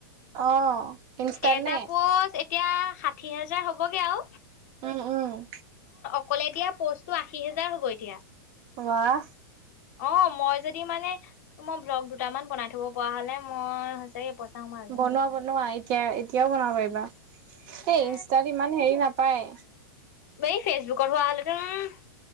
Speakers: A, on the right (about 35°); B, on the left (about 45°).
A: অ'। ইনষ্টাত
B: এটা
A: নে
B: পোষ্ট এতিয়া ষাঠি হাজাৰ হ'বগে আও।
A: উম উম।
B: অকলে দিয়া পষ্টটো আশী হেজাৰ হ'ব এতিয়া।
A: ৱাহ!
B: অ' মই যদি মানে মই ব্লগ দুটামান বনাই থব পৰা হলে, মই সচাকে পইচা সোমালে
A: বনোৱা, বনোৱা। এ তিয়া-এতিয়াও বনাব পাৰিবা। এই,
B: এ
A: ইনষ্টাত ইমান হেৰি নাপায়।
B: এই ফেচবুকৰ হোৱা হলেটো উম